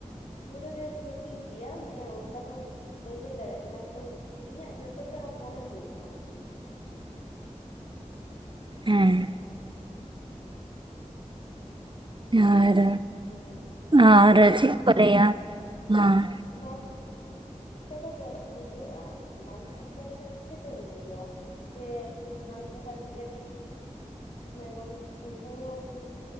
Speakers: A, on the left; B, on the right.
A: ᱯᱩᱨᱟᱹ ᱜᱮ ᱥᱚᱴᱷᱤᱠ ᱜᱮᱭᱟ ᱢᱟᱱᱮ ᱚᱱᱠᱟ ᱫᱚ ᱵᱟᱹᱧ ᱞᱟᱹᱭ ᱫᱟᱲᱮᱭᱟᱜ ᱠᱟᱱᱟ ᱛᱚ ᱤᱧᱟᱹᱜ ᱡᱚᱛᱚᱴᱟ ᱢᱚᱱᱮ ᱦᱩᱭᱩᱜ ᱠᱟᱱ ᱛᱤᱧᱟ
B: ᱦᱮᱸ ᱟᱨ
A: ᱦᱩᱸ
B: ᱟᱨ ᱪᱮᱫ ᱠᱚ ᱞᱟᱹᱭᱟ ᱱᱚᱣᱟ
A: ᱱᱚᱣᱟ <unintelligible> ᱠᱚᱫᱚ ᱪᱚᱨᱚᱠ ᱵᱩᱡᱷᱟᱹᱜᱼᱟ ᱵᱟᱢ ᱪᱚᱨᱪᱟ ᱞᱮᱠᱷᱟᱡ ᱪᱤᱠᱟᱹᱛᱮᱢ ᱵᱩᱡᱷᱟᱹᱣᱟ ᱥᱮ ᱦᱟᱝᱠᱩ ᱠᱟᱹᱴᱤᱡ ᱠᱟᱹᱴᱤᱡ ᱵᱟᱵᱩ ᱛᱟᱠ <unintelligible> ᱩᱱᱠᱩ ᱦᱚᱸ